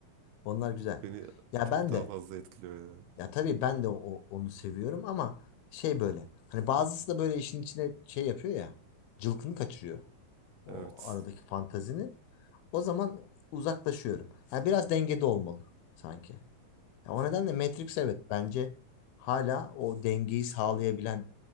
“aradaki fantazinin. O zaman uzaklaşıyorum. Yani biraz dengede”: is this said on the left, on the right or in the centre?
Left